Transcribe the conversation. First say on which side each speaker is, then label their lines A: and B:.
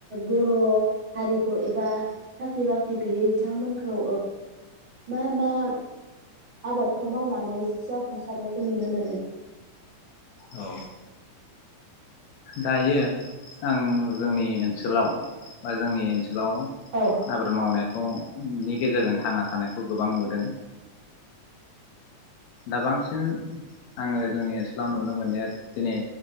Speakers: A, on the right; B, on the left.
A: बर हारिखौ एबा साख्रि बाख्रि गैयै बिथांमोनखौ मा मा आबादखौ मावनानै जा सुंसारनायखौ नुनो मोनो
B: औ दायो आं जोंनि ओनसोलाव बा जोंनि ओनसोलाव
A: औ
B: आबाद मावनाय ओ उम गेजेरजों थांना थानायखौ गोबां नुदों दा बांसिन आङो जोंनि ओनसोलाव नुनो मोननाया दिनै